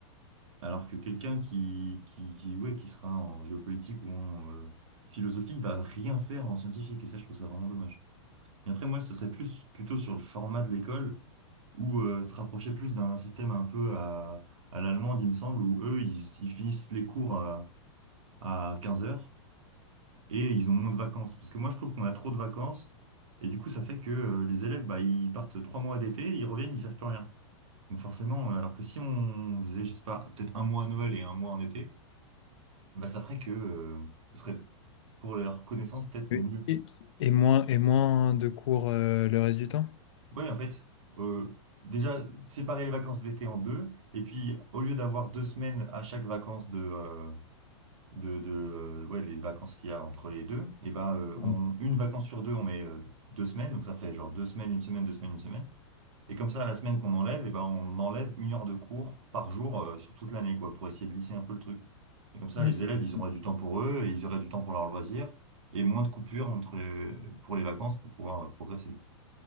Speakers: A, on the right; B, on the left.
A: Alors que quelqu'un qui, qui, qui, ouais, qui sera en géopolitique ou en euh, philosophie, il va rien faire en scientifique, et ça, je trouve ça vraiment dommage. Et après, moi, ce serait plus plutôt sur le format de l'école, où euh, se rapprocher plus d'un système un peu à, à l'allemande, il me semble, où eux, ils, ils finissent les cours à, à 15h et ils ont moins de vacances. Parce que moi, je trouve qu'on a trop de vacances, et du coup, ça fait que euh, les élèves, bah, ils partent trois mois d'été, ils reviennent, ils savent plus rien. Donc forcément, euh, alors que si on faisait, je sais pas, peut-être un mois à Noël et un mois en été, bah, ça ferait que euh, ce serait pour leur connaissance peut-être
B: Oui.
A: mieux.
B: Et, et moins, et moins de cours euh, le reste du temps?
A: Ouais, en fait, euh, déjà, séparer les vacances d'été en deux, et puis au lieu d'avoir deux semaines à chaque vacances de, euh, de, de euh, ouais, les vacances qu'il y a entre les deux, et ben, euh,
B: Oui,
A: on, une vacance sur deux, on met euh, deux semaines, donc ça ferait genre deux semaines, une semaine, deux semaines, une semaine. Et comme ça, la semaine qu'on enlève, et ben, on enlève une heure de cours par jour euh, sur toute l'année, quoi, pour essayer de lisser un peu le truc. Et comme ça,
B: Ouais,
A: les
B: ça
A: élèves,
B: peut être-
A: ils auraient du temps pour eux, et ils auraient du temps pour leurs loisirs, et moins de coupures entre les- pour les vacances pour pouvoir euh, progresser.